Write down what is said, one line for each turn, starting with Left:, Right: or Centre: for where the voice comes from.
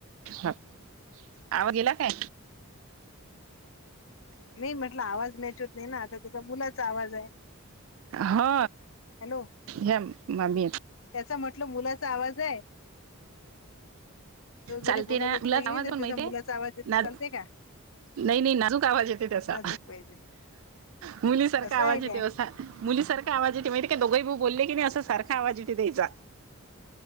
Right: ह आवा गेला काय
Left: नाही म्हटलं आवाज मॅच होत नाही ना आता त्याचा मुलाचा आवाज आहे
Right: ह
Left: हॅलो
Right: हे ममीेत
Left: त्याचा म्हटलं मुलाचा आवाज आहे तो जरी
Right: चालते
Left: बोलत
Right: ना तुला
Left: असला की
Right: आवाज
Left: नाही तरी
Right: पण माहितीय
Left: त्याचा मुलाचा आवाज येत
Right: ना
Left: चालत का
Right: नाही नाही नाजूक आवाज येते त्याचा
Left: नाजूक पाहिजे
Right: मुलीसारखा
Left: असं
Right: आवाज
Left: आहे
Right: येते
Left: काय
Right: असा मुलीसारखा आवाज येत माहिती काय दोघाही भाऊ बोलले की नाही असं सारखं आवाज वाजठे त्याचा